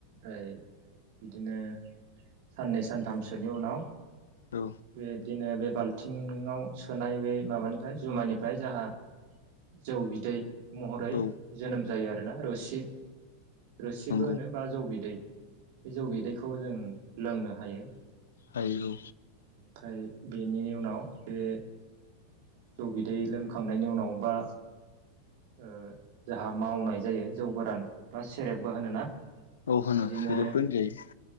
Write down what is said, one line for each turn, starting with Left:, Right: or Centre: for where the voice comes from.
Right: ओइ बिदिनो साननै सानथामसोनि उनाव
Left: औ
Right: बेब्दिनो बे बाल्थिंआव सोनाय बे माबानिफ्राय जुमायनिफ्राय जाहा जौ बिदै महरै
Left: औ
Right: जोनोम जायो आरोना रसि रोसिबो
Left: नंगौ
Right: होनो। बा जौ बिदै बे जौ बिदैखौ जों लोंनो हायो।
Left: हायु
Right: फ्राय बेनि उनाव बे जौ बिदै लोंखांनायनि उनाव बा ओ जाहा मावनाय जायो जौ गोरान बा सेरेबबो होनोना।
Left: औ होनो
Right: बिदिनो
Left: सेरेबबो होनजायो